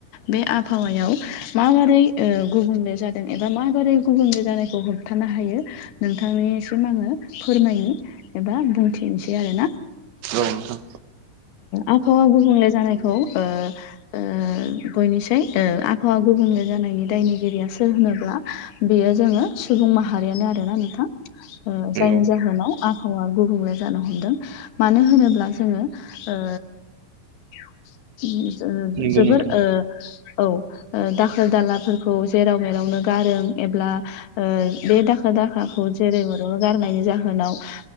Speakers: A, on the left; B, on the right.
A: बे आबहावायाव माबारै ओ गुबुंले जादों एबा माबारै गुबुंले जानायखौ होब हाबथानो हायो नोंथांनिसिम आङो फोरमायनि एबा बुंथिनोसै आरोना
B: औ नोंथां
A: आबहावा गुबुंले जानायखौ ओ ओ बयनिसाय ओ आबहावा गुबुंले जानायनि दायनिगिरिया सोर होनोब्ला बेयो जोङो सुबुं माहारियानो आरोना नोंथां
B: नंगौ
A: जायनि ओ जाहोनाव आबहावा गुबुंले जानो हमदों मानो होनोब्ला जोङो ओ उम जो जोबोर
B: नंगौ नोंथां
A: ओ औ दाखोर दालाफोरखौ जेराव मेरावनो गारों एब्ला ओ बे दाखोर दाखाखौ जेरै मेराव गारनायनि जाहोनाव ओ